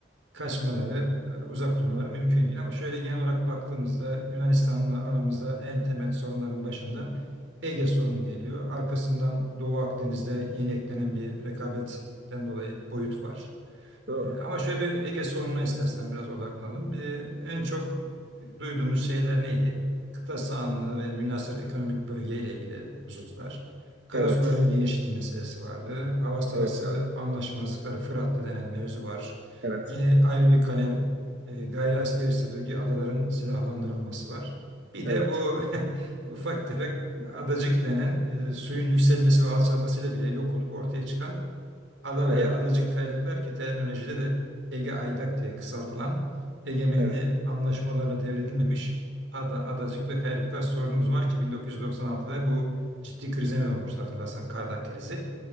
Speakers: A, on the right (about 75°); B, on the right (about 55°).
A: kaçmaları, e, uzak durmaları mümkün değil. Ama şöyle genel olarak baktığımızda Yunanistan'la aramızda en temel sorunların başında Ege sorunu geliyor. Arkasından Doğu Akdeniz'de yeni eklenen bir rekabetten dolayı boyut var.
B: doğru.
A: Ee, Ama şöyle bir Ege sorununa istersen biraz odaklanalım. Bir, en çok duyduğumuz şeyler neydi? Kıta sahanlığı ve münhasır ekonomik bölgeyle ilgili hususlar. Karasuların
B: Evet,
A: genişliği meselesi vardı. Hava sahası
B: evet abi.
A: anlaşmazlıkları Fırat'ta denen mevzu var.
B: Evet,
A: Yine ayrı bir kalem e, gayri askeri statüdeki adaların silahlandırılması var. Bir
B: evet,
A: de bu <laughs> ufak tefek adacık denen e, suyun yükselmesi ve alçalmasıyla bile yok olup ortaya çıkan Ada
B: evet,
A: veya Adacık Kayalıklar ki terminolojide de Ege Aydak diye kısaltılan egemenliği
B: evet,
A: anlaşmalarla devredilmemiş ada, adacık ve kayalıklar sorunumuz var ki 1996'da bu ciddi krize neden olmuştu hatırlarsan Kardak krizi.